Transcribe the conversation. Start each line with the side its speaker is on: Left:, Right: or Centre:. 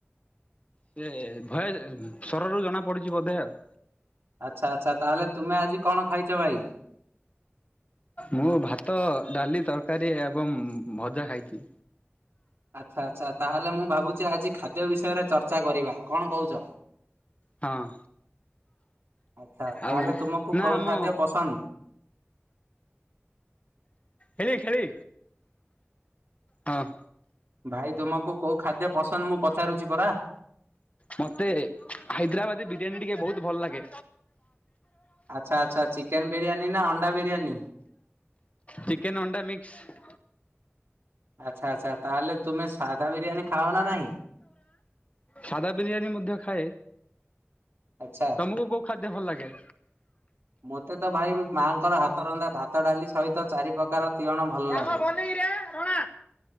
Left: ସେ ଭୟ ଯ ଶ୍ବରରୁ ଜଣା ପଡିଛି ବୋଧେ ଆଉ।
Right: ଆଚ୍ଛା ଆଚ୍ଛା ତାହେଲେ, ତୁମେ ଆଜି କଣ ଖାଇଛ ଭାଇ?
Left: ମୁଁ ଭାତ, ଡାଲି, ତରକାରୀ ଏବଂ ଭଜା ଖାଇଛି।
Right: ଆଚ୍ଛା ଆଚ୍ଛା ତାହେଲେ ମୁଁ ଭାବୁଛି ଆଜି ଖାଦ୍ୟ ବିଷୟରେ ଚର୍ଚ୍ଚା କରିବା, କଣ କହୁଛ?
Left: ହଁ
Right: ଆଛା
Left: ଆଉ
Right: ତାହେଲେ, ତୁମକୁ
Left: ନା
Right: କୋଉଁ
Left: ଆମ
Right: ଖାଦ୍ୟ ପସନ୍ଦ?
Left: ଖେଳି ଖେଳି ହଁ।
Right: ଭାଇ ତୁମକୁ କୋଉ ଖାଦ୍ୟ ପସନ୍ଦ ମୁଁ ପଚାରୁଛି ପରା।
Left: ମତେ ହାଇଦ୍ରାବାଦି ବିରିୟାନୀ ଟିକେ ବ ବହୁତ ଭଲ ଲାଗେ।
Right: ଆଚ୍ଛା ଆଚ୍ଛା, ଚିକେନ ବିରିୟାନୀ ନା ଅଣ୍ଡା ବିରିୟାନୀ?
Left: ଚିକେନ ଅଣ୍ଡା ମିକ୍ସ୍।
Right: ଆଚ୍ଛା ଆଚ୍ଛା ତାହଲେ ତୁମେ ସାଧା ବିରିୟାନୀ ଖାଅ ନା ନାଇଁ?
Left: ସାଧା ବିରିୟାନୀ ମଧ୍ୟ ଖାଏ,
Right: ଆଚ୍ଛା
Left: ତମକୁ କୋଉ ଖାଦ୍ୟ ଭଲ ଲାଗେ?
Right: ମୋତେ ତ ଭାଇ ମାଆଙ୍କର ହାତ ରନ୍ଧା ଭାତ ଡାଲି ସହିତ ଚାରି ପ୍ରକାର ତିଅଣ ଭଲ ଲାଗେ।
Left: ଆ ହ ବନ୍ଦେଇରେ କଣ